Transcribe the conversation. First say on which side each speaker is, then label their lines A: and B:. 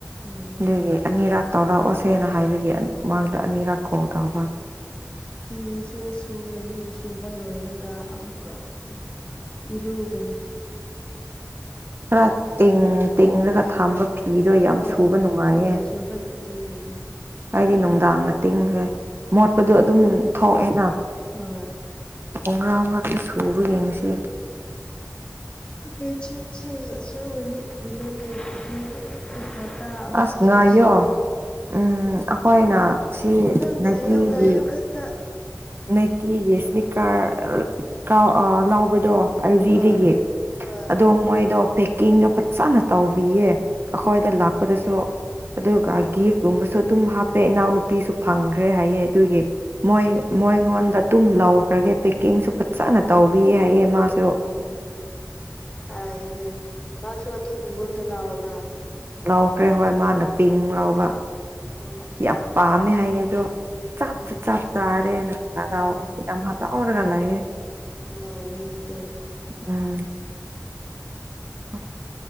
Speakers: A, on the left (about 20°); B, on the right (about 45°).
A: ꯎꯝ
B: ꯑꯗꯨꯒꯤ ꯑꯅꯤꯔꯥꯥꯛ ꯇꯧꯔꯥꯛꯑꯣꯁꯦꯅ ꯍꯥꯏꯕꯒꯤ ꯃꯥꯥꯡꯗ ꯑꯅꯤꯔꯥꯛ ꯀꯧ ꯇꯕ
A: ꯐꯤꯁꯦ ꯁꯨꯔꯅꯤ ꯁꯨꯕ ꯂꯣꯏꯔꯒ ꯑꯃꯨꯛꯀ ꯎ ꯏꯔꯨꯒꯅꯤ
B: ꯈꯔ ꯇꯤꯡ ꯇꯤꯦꯔꯒ ꯊꯥꯝꯕ ꯐꯤꯗꯣ ꯌꯥꯝ
A: ꯑ
B: ꯁꯨꯕ ꯅꯨꯡꯉꯥꯏꯌꯦ
A: ꯍꯣꯏ ꯁꯨꯕꯅ ꯑꯗꯨꯒꯤꯅꯤ
B: ꯑꯩꯗꯤ ꯅꯨꯡꯗꯥꯡꯗ ꯇꯤꯡꯈ꯭ꯔꯦ ꯃꯣꯠꯄꯗꯣ ꯑꯗꯨꯝ ꯊꯣꯛꯑꯦꯅ
A: ꯎꯝ
B: ꯑꯉꯥꯡ ꯉꯥꯛꯇ ꯁꯨꯕꯒꯤ ꯉꯁꯤ
A: <unintelligible> ꯍꯄꯇ ꯑꯃꯁꯨ
B: ꯑꯁ ꯉꯥꯏꯌꯣ
A: ꯁꯣꯏꯗ꯭ꯔꯦ
B: ꯎꯝ ꯑꯩꯈꯣꯏꯅ ꯁꯤ
A: ꯉꯥꯏꯌꯣ
B: ꯂꯩꯀꯤꯒꯤ
A: ꯉꯥꯏꯌꯣ ꯈꯛꯇ
B: ꯅꯪꯀꯤꯒꯤꯁꯂꯤꯛꯀꯥꯔ ꯀꯥꯎ ꯂꯥꯎꯕꯗꯣ ꯑꯜꯖꯤꯗꯒꯤ
A: ꯍꯣꯏ ꯍꯣꯏ
B: ꯑꯗꯣ ꯃꯣꯏꯗꯣ ꯄꯦꯛꯀꯤꯡꯗꯣ ꯐꯖꯅ ꯇꯧꯕꯤꯌꯦ ꯑꯈꯣꯏꯗ
A: ꯎꯝ
B: ꯂꯥꯛ ꯑꯗꯨꯒ ꯒꯤꯐꯀꯨꯝꯕꯁꯨ ꯑꯗꯨꯝ ꯍꯥꯞꯄꯦ ꯏꯅꯥꯎꯅꯨꯄꯤꯁꯨ ꯐꯪꯈ꯭ꯔꯦ ꯍꯥꯏꯌꯦ ꯑꯗꯨꯒꯤ ꯃꯣꯏ
A: ꯎꯝ
B: ꯃꯣꯏꯉꯣꯟꯗ ꯑꯗꯨꯝ ꯂꯧꯈ꯭ꯔꯒꯦ ꯄꯦꯛꯀꯤꯡꯁꯨ ꯐꯖꯅ ꯇꯧꯕꯤ ꯍꯥꯏꯌꯦ ꯃꯥꯁꯨ
A: ꯑꯣ ꯍꯥꯏꯅꯦ ꯃꯥꯁꯨ ꯑꯗꯨꯒꯨꯝꯕ ꯂꯥꯎꯔꯕ꯭ꯔꯥ
B: ꯂꯥꯎꯈ꯭ꯔꯦ ꯍꯣꯏ ꯃꯥꯅ ꯄꯤꯡ ꯂꯥꯎꯕ
A: ꯎꯝ
B: ꯌꯥꯝ ꯄꯥꯝꯃꯦ ꯍꯥꯏꯌꯦ ꯑꯗꯣ ꯆꯞꯁꯨ
A: ꯎꯝ
B: ꯆꯞ ꯆꯥꯔꯦ ꯅ ꯍꯔꯥꯎ
A: ꯎꯝ
B: ꯌꯥꯝ ꯍꯂꯥꯎꯑꯣ ꯑꯣꯔꯒ ꯅꯥꯌꯦ
A: ꯅꯨꯡꯉꯥꯏꯅꯦ ꯑꯗꯨꯗꯤ
B: ꯎꯝ ꯑ <unintelligible>